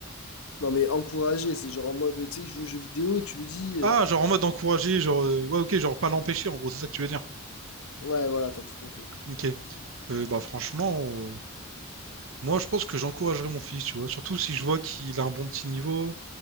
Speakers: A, on the left; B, on the right.
A: Non, mais encourager, c'est genre en mode, tu sais, il joue aux jeux vidéo et tu lui dis, euh,
B: Ah, genre en mode encourager, genre, euh, ouais, ok, genre pas l'empêcher, en gros, c'est ça que tu veux dire.
A: ouais, voilà, t'as tout compris.
B: Ok. Euh, bah, franchement. Moi, je pense que j'encouragerais mon fils, tu vois. Surtout si je vois qu'il a un bon petit niveau.